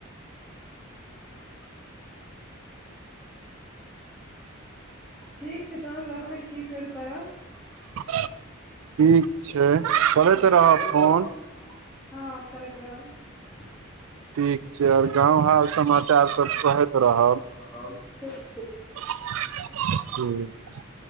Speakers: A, in the centre; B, on the right (about 75°).
A: आ ठीक छै तहन रखै छी फेर करब
B: ठीक छै करैत
A: ठीक
B: रहब फोन
A: हँ हँ करदब ह <unintelligible>
B: ठीक छै आओर गाँव हाल समाचार सब कहैत रहब
A: ह ठीक ठीक
B: ह्म